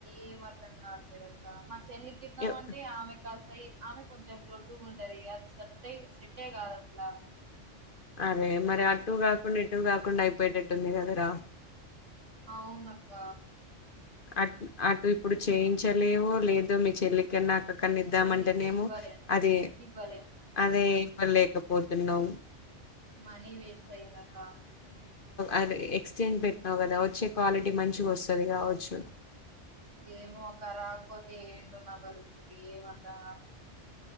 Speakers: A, on the right; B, on the left.
A: ఏం అర్థం కావట్ లేదు అక్క చెల్లికిద్దాంమంటే
B: ఎ-
A: ఆమెక్ కాస్తయి ఆమె కొంచెం దొడ్డుగా ఉంటది అది సట్ట సెట్టే కాదస్లా
B: అరే మరి అటు కాకుండ ఇటు కాకుండా అయిపోయిటటుంది కదరా
A: అవునక్క
B: అ అటు ఇప్పుడు చేయించలేవో లేదో మీ చెల్లికన్నా అక్కనిద్దామంటేనేమ
A: చెల్లికి ఇవ్వలేను
B: అది
A: ఇవ్వలేను
B: అదే ఇలేకపోతున్నావు
A: మనీ వేస్ట్ అయిందక్క
B: అది ఎక్స్చేంజ్ పెట్టినావు కదా వచ్చే క్వాలిటీ మంచిగా వస్తది కావచ్చు అచ్చ
A: ఏమో అక్క రాకపోతే ఏంటో నా పరిస్థితి ఏమ అర్థం అట్లేదు